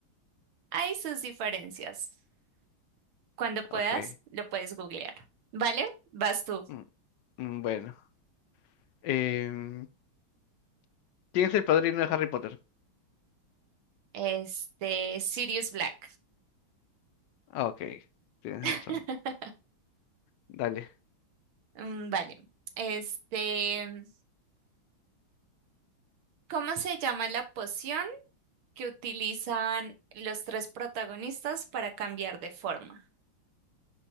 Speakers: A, on the right; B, on the left.
A: hay sus diferencias. Cuando puedas,
B: Ok.
A: lo puedes googlear. ¿Vale? Vas tú.
B: mm, mm, bueno. Em, ¿quién es el padrino de Harry Potter?
A: Este, Sirius Black.
B: Ah, ok, tienes
A: <laughs>
B: razón. Dale.
A: Mm, Vale. Este, ¿cómo se llama la poción? que utilizan los tres protagonistas para cambiar de forma